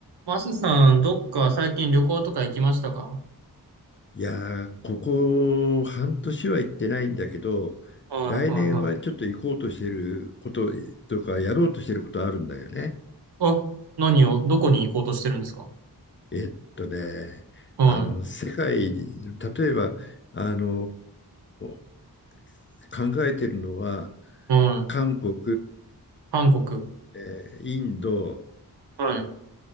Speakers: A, on the right; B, on the left.
A: マスさん、どっか最近旅行とか行きましたか
B: いやー、ここ半年は行ってないんだけど、
A: はいはいはい。
B: 来年はちょっと行こうとしてることとか、やろうとしてることあるんだよね。
A: あ、何を、どこに行こうとしてるんですか
B: えっとね、
A: は
B: あの、世界、例えば、あのー考えてるのは、
A: いはい。
B: 韓国、
A: 韓国。
B: えーインド、
A: はい。